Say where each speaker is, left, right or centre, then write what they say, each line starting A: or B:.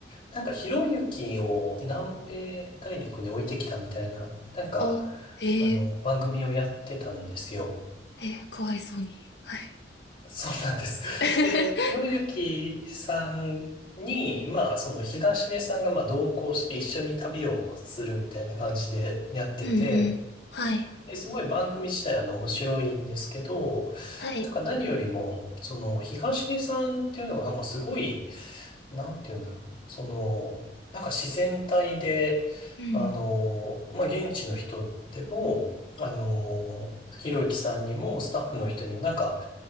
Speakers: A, on the left (about 30°); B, on the left (about 70°).
A: なんかひろゆきを南米大陸に置いてきたみたいな、なんか、
B: あ、へえ、
A: あの、番組をやってたんですよ。
B: へえ、かわいそうに。はい。
A: そうなんです。
B: <laughs>
A: で、ひろゆきさんに、まあ、その東出さんがまあ同行して一緒に旅をするみたいな感じでやってて、
B: うんうん。はい、
A: で、すごい番組自体は面白いんですけど、
B: はい、
A: なんか何よりも、その東出さんっていうのがなんかすごい、なんて言うんだろう。その、なんか自然体で、
B: うん。
A: あの、まあ、現地の人でも、あの、ひろゆきさんにもスタッフの人にもなんか